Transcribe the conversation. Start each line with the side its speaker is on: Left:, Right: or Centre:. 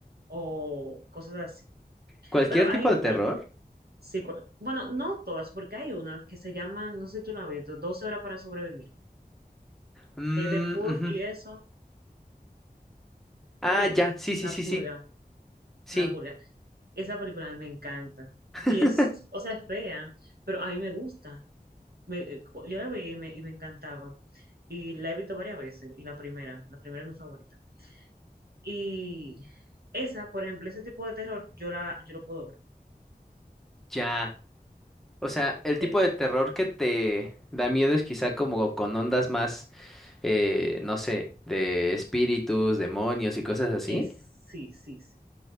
Right: o cosas así.
Centre: ¿Cualquier
Right: Pero hay
Centre: tipo
Right: una,
Centre: de terror?
Right: sí, cu- bueno, no todas, porque hay una que se llama, no sé si tú la has visto, 12 horas para sobrevivir,
Centre: Mm,
Right: que es de Purge
Centre: ujú.
Right: y eso,
Centre: Ah,
Right: ¿tú la has visto?
Centre: ya, sí, sí,
Right: La
Centre: sí,
Right: purga,
Centre: sí, sí.
Right: la purga. Esa película a mí me encanta.
Centre: <laughs>
Right: Y es, o sea, es fea, pero a mí me gusta. Me- yo la vi y me, y me encantaba. Y la he visto varias veces. Y la primera, la primera es mi favorita. Y esa, por ejemplo, ese tipo de terror, yo la, yo lo puedo ver.
Centre: Ya. O sea, el tipo
Right: Eh,
Centre: de terror que te da miedo es quizá como con ondas más, eh, no sé, de espíritus, demonios y cosas así.
Right: Es, sí, sí, sí.